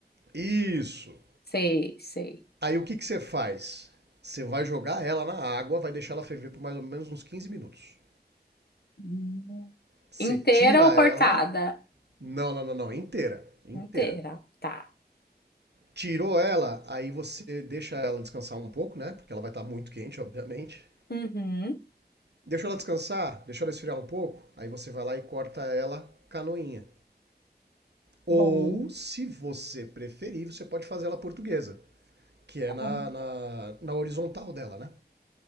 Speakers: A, on the right; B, on the left.
A: Isso.
B: Sei, sei.
A: Aí o que, que você faz? Você vai jogar ela na água, vai deixar ela ferver por mais ou menos uns 15 minutos.
B: Hum.
A: Você
B: Inteira
A: tira
B: ou cortada?
A: ela. Não, não, não, não. Inteira. Inteira.
B: Inteira, tá.
A: Tirou ela, aí você deixa ela descansar um pouco, né? Porque ela vai estar muito quente, obviamente.
B: Uhum.
A: Deixa ela descansar, deixa ela esfriar um pouco. Aí você vai lá e corta ela canoinha. Ou,
B: Bom.
A: se você preferir, você pode fazer ela portuguesa, que é
B: Como-
A: na, na, na horizontal dela, né?